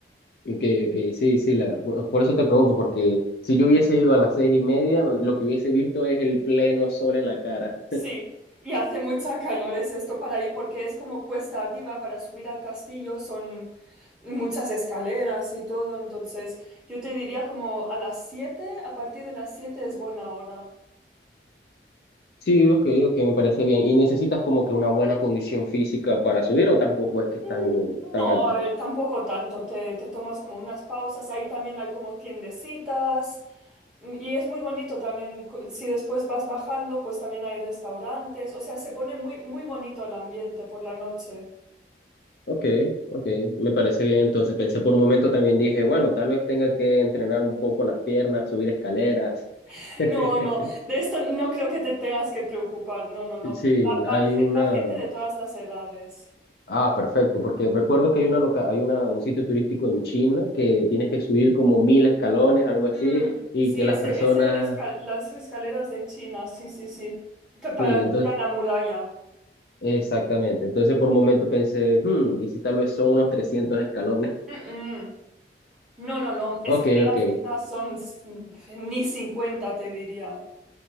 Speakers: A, on the left; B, in the centre.
A: ok, ok, sí, sí, la, por por eso te pregunto, porque si yo hubiese ido a las seis y media, lo que hubiese visto es el pleno sol en la cara.
B: Sí, y hace mucha calor es esto para ahí porque es como cuesta arriba para subir al castillo, son muchas escaleras y todo, entonces yo te diría como a las 7, a partir de las 7 es buena hora.
A: Sí, ok, ok, me parece bien. ¿Y necesitas como que una buena condición física para subir o tampoco es que es
B: Mm,
A: tan, tan
B: No,
A: alta?
B: a ver, tampoco tanto. Te, te tomas como unas pausas. Ahí también hay como tiendecitas. mm, Y es muy bonito también. cu- Si después vas bajando, pues también hay restaurantes. O sea, se pone muy, muy bonito el ambiente por la noche.
A: Ok, ok, me parece bien. Entonces pensé por un momento también dije, bueno, tal vez tenga que entrenar un poco las piernas, subir escaleras.
B: <laughs>
A: <laughs>
B: No, no, de esto no creo que te tengas que preocupar. No, no, no.
A: Sí,
B: Va, van
A: hay
B: ge-
A: una.
B: va gente de todas las edades.
A: Ah, perfecto, porque recuerdo que hay una loca... hay una... un sitio turístico en China que tienes que subir como mil escalones, algo así,
B: Mm,
A: y
B: sí,
A: que las
B: ese,
A: personas.
B: ese el esca- las escaleras de China. Sí, sí, sí. Que para
A: Sí,
B: ir
A: entonces,
B: a la muralla.
A: exactamente. Entonces por un momento pensé, hmm, ¿y si tal vez son unos 300 escalones?
B: Mm, mm. No, no, no,
A: Ok,
B: escaleras
A: ok.
B: quizás son s- ni 50, te diría.